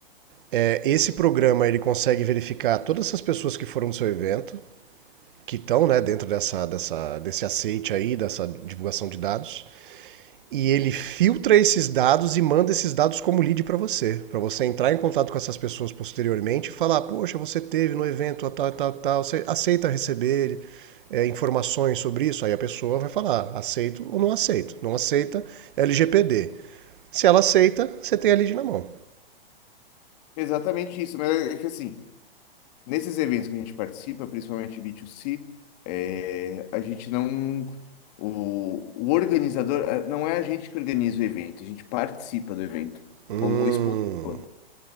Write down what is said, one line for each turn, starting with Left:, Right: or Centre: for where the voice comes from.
Right: é, esse programa ele consegue verificar todas essas pessoas que foram no seu evento, que estão né, dentro dessa, dessa, desse aceite aí, dessa divulgação de dados, e ele filtra esses dados e manda esses dados como lead para você, para você entrar em contato com essas pessoas posteriormente e falar, poxa, você teve no evento tal, tal, tal, você aceita receber é, informações sobre isso? Aí a pessoa vai falar, aceito ou não aceito. Não aceita, LGPD. Se ela aceita, você tem a lead na mão.
Left: exatamente isso, mas é que assim, nesses eventos que a gente participa, principalmente B2C, é, a gente não. O, o organizador, eh, não é a gente que organiza o evento, a gente participa do evento
Right: Hum,
Left: como expositor.